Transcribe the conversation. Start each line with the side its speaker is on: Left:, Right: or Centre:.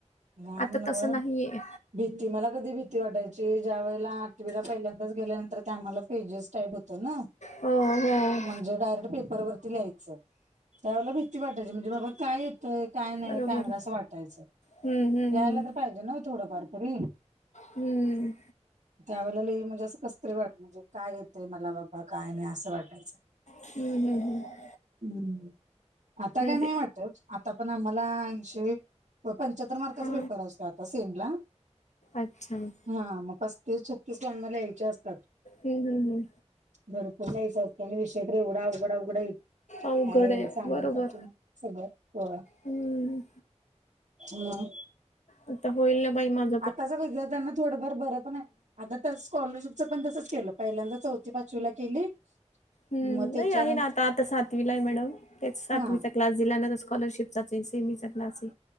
Right: <inaudible>
Left: आता तसं नाहीये
Right: भीती! मला कधी भीती वाटायची? ज्या वेळेला आठवीला पहिल्यांदाच गेल्यानंतर ते आम्हाला पेजेस टाईप होतं ना.
Left: हो हो
Right: म्हणजे डायरेक्ट पेपरवरती लिहायचं. त्यावेळेला भीती वाटायची म्हणजे बाबा काय येतंय काय नाही
Left: बरोबर
Right: काय नाही असं वाटायचं.
Left: हम्म हम्म
Right: यायला तर पाहिजे ना थोडंफार तरी.
Left: हम्म हम्म
Right: त्यावेळेला लई म्हणजे असं कसतरी वाट म्हणजे काय येतय मला बाबा काय नाही असं वाटायचं.
Left: हम् हम् हम्.
Right: हम्म आता काय नाही
Left: ते
Right: वाटत. आता पण आम्हाला ऐंशी प पन्.. रा मार्कचा
Left: हा
Right: पेपर असतो आता सेम ला.
Left: अच्छा हम्म
Right: हा मग पस्तीस छत्तीस त्यांना लिहायचे असतात.
Left: हम्म हम्म
Right: भरपूर लिहायचं असतं अन् विषय तर एवढं अवघडं अवघडए, काय
Left: अवघड आहे
Right: सांगण्यासारखं
Left: बरोबर
Right: नाही. सगळं, हो
Left: हम्म
Right: मऽऽ
Left: आता होईल ना बाई माझऽ
Right: आत्ताच्या विद्यार्थ्यांना थोडंफार बरं पण आहे, आताऽ त्या स्कॉलरशिपच पण तसच केलं, पहिल्यांदा चौथी पाचवीला केली.
Left: हम्
Right: मग त्याच्यानंतर
Left: नाही आहे ना आता आता सातवीला आहे मॅडम तेच सातवीचा.
Right: हा
Left: क्लास दिल्याना तर स्कॉलरशिपचाच ए सेमीचा क्लास ए..